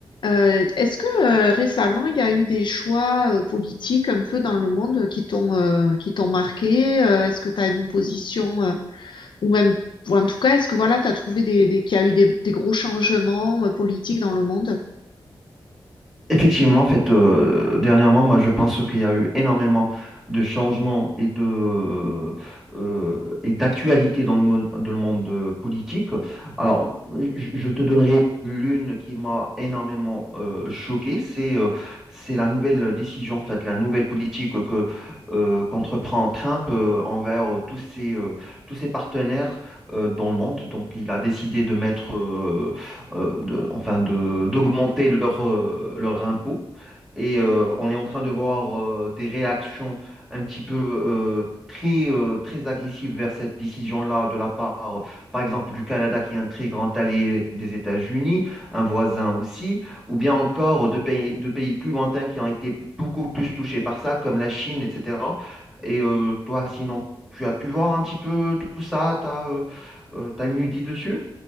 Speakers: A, on the left; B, in the centre.
A: Euh, est-ce que euh, récemment il y a eu des choix euh, politiques un peu dans le monde qui t'ont euh, qui t'ont marqué? Euh, est-ce que tu as une position euh, ou même ou en tout cas est-ce que voilà tu as trouvé des, des qu'il y a eu des, des gros changements euh, politiques dans le monde?
B: Effectivement, en fait, euh, dernièrement, moi, je pense qu'il y a eu énormément de changements et de euh, euh, et d'actualités dans le mo- dans le monde euh, politique. Alors, je je te donnerai l'une qui m'a énormément euh, choqué, c'est euh, c'est la nouvelle décision, en fait, la nouvelle politique que euh, qu'entreprend Trump euh, envers euh, tous ses euh, tous ses partenaires euh, dans le monde. Donc, il a décidé de mettre euh, euh, de, enfin de, d'augmenter leur, euh, leur impôt. Et euh, on est en train de voir euh, des réactions un petit peu euh, très, euh, très agressives vers cette décision-là de la part, par exemple, du Canada qui est un très grand allié des États-Unis, un voisin aussi, ou bien encore de pays, de pays plus lointains qui ont été beaucoup plus touchés par ça, comme la Chine, etc. Et euh, toi, sinon, tu as pu voir un petit peu tout ça, tu as, une idée dessus?